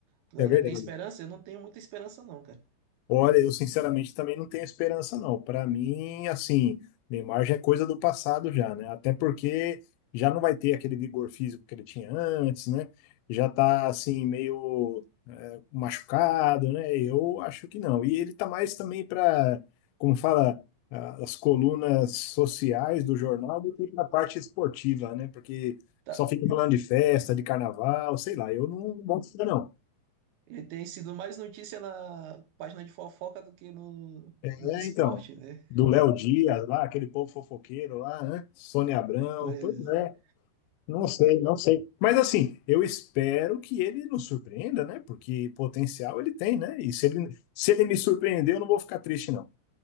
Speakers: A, on the right; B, on the left.
A: Tu
B: é
A: ainda
B: verdade.
A: tem esperança? Eu não tenho muita esperança, não, cara.
B: Olha, eu sinceramente também não tenho esperança, não. Para mim, assim, Neymar já é coisa do passado já, né? Até porque já não vai ter aquele vigor físico que ele tinha antes, né? Já tá, assim, meio é, machucado, né? Eu acho que não. E ele tá mais também para, como fala, ah, as colunas sociais do jornal do que na parte esportiva, né? Porque
A: Tá,
B: só fica falando de festa, de carnaval, sei lá. Eu não gosto disso, não.
A: Ele tem sido mais notícia na página de fofoca do que no,
B: É,
A: no de esporte,
B: então,
A: né?
B: do Léo Dias lá, aquele povo fofoqueiro lá, né? Sônia Abrão,
A: Pois,
B: pois é,
A: é.
B: não sei, não sei. Mas assim, eu espero que ele nos surpreenda, né? Porque potencial ele tem, né? E se ele, se ele me surpreender, eu não vou ficar triste, não.